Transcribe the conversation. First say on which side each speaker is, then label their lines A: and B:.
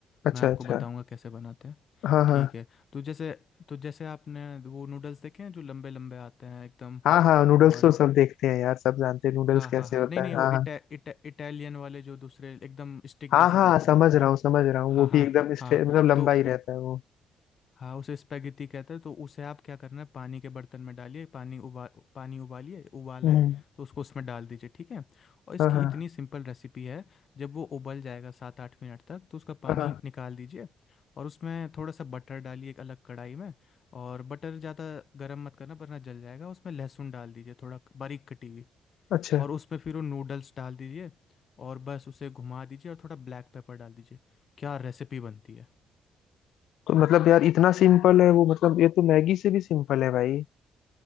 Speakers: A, on the left; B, on the left.
A: अच्छा
B: मैं आपको
A: अच्छा
B: बताऊंगा कैसे बनाते हैं
A: हाँ हाँ
B: ठीक है तो जैसे तो जैसे आपने वो नूडल्स देखे हैं जो लंबे लंबे आते हैं एकदम
A: हाँ हाँ नूडल्स
B: और
A: तो सब देखते हैं यार सब जानते हैं नूडल्स
B: हाँ हाँ
A: कैसे
B: हाँ
A: होता
B: नहीं नहीं
A: है
B: वो
A: हाँ हाँ
B: इटा, इटा, इटालियन वाले जो दूसरे एकदम स्टिक
A: हाँ
B: जैसे
A: हाँ
B: रहते
A: समझ
B: हैं
A: रहा हूँ समझ रहा हूँ वो
B: हाँ हाँ
A: भी एकदम स्ट्रे-
B: हाँ
A: मतलब लंबा
B: तो
A: ही रहता है वो
B: हाँ उसे स्पेगेटी कहते हैं तो उसे आप क्या करना है पानी के बर्तन में डालिए पानी उबाल पानी उबालिए उबाल
A: हम्म
B: आए तो उसको उसमें डाल दीजिए ठीक है और इसकी
A: हाँ हाँ
B: इतनी सिंपल रेसिपी है जब वो उबल जाएगा सात आठ मिनट तक तो उसका पानी
A: हाँ
B: निकाल दीजिए और उसमें थोड़ा सा बटर डालिए एक अलग कढ़ाई में और बटर ज़्यादा गर्म मत करना वरना जल जाएगा उसमें लहसुन डाल दीजिए थोड़ा बारीक कटी हुई
A: अच्छा
B: और उसमें फिर वो नूडल्स डाल दीजिए और बस उसे घुमा दीजिए और थोड़ा ब्लैक पेपर डाल दीजिए क्या रेसिपी बनती है
A: तो मतलब यार इतना सिंपल है वो मतलब ये तो मैगी से भी सिंपल है भाई